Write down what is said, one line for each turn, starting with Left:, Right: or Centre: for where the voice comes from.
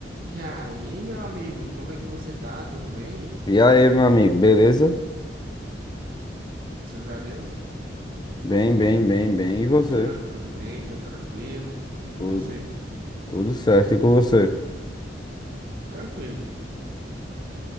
Right: E aí, meu amigo, como é que você tá? Tudo bem?
Left: E aí, meu amigo, beleza?
Right: Graças a Deus.
Left: Bem, bem, bem, bem.
Right: As coisas
Left: E você?
Right: funcionando tudo bem, tudo tranquilo. E com
Left: Tudo,
Right: você?
Left: tudo certo e com você?
Right: Tranquilo.